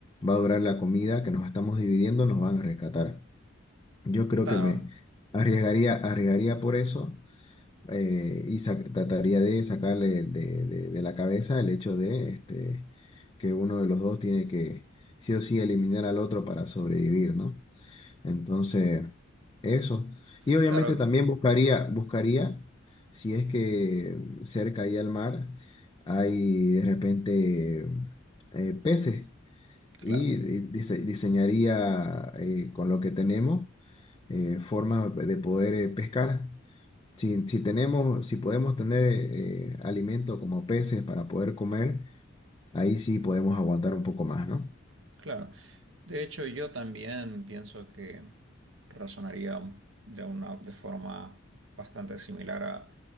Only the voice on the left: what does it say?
va a durar la comida que nos estamos dividiendo, nos van a rescatar. Yo creo
que me arriesgaría, arriesgaría por eso eh, y sa- trataría de sacarle de, de- de la cabeza el hecho de este, que uno de los dos tiene que sí o sí eliminar al otro para sobrevivir, ¿no? Entonces, eso. Y obviamente
también buscaría, buscaría, si es que cerca ahí al mar hay de repente eh, peces
y di- dise- diseñaría eh, con lo que tenemos eh, formas de poder eh, pescar. Si, si tenemos, si podemos tener eh, alimento como peces para poder comer, ahí sí podemos aguantar un poco más, ¿no?